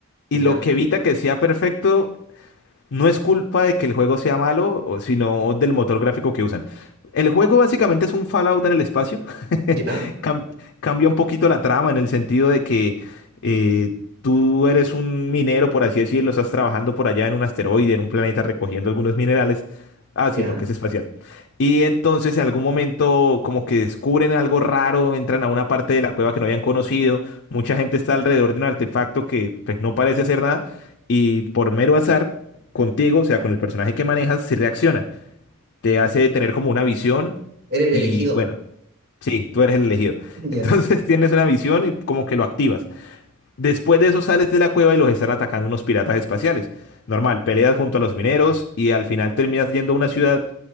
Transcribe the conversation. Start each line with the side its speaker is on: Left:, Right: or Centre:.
Left: Y
Right: Ya,
Left: lo que evita que sea perfecto no es culpa de que el juego sea malo, o- sino del motor gráfico que usan. El juego básicamente es un Fallout en el espacio. <laughs>
Right: ya,
Left: Cam- cambia un poquito la trama en el sentido de que eh, tú eres un minero, por así decirlo, estás trabajando por allá en un asteroide, en un planeta recogiendo algunos minerales. Ah,
Right: ya.
Left: sí, porque es espacial. Y entonces en algún momento como que descubren algo raro, entran a una parte de la cueva que no habían conocido, mucha gente está alrededor de un artefacto que pues no parece hacer nada y por mero azar contigo, o sea, con el personaje que manejas, se reacciona. Te hace tener como una visión
Right: Eres el
Left: y
Right: elegido.
Left: bueno, sí, tú eres el elegido.
Right: <laughs> Ya,
Left: Entonces <laughs> tienes una visión y como que lo activas. Después de eso sales de la cueva y los están atacando unos piratas espaciales. Normal, peleas junto a los mineros y al final terminas yendo a una ciudad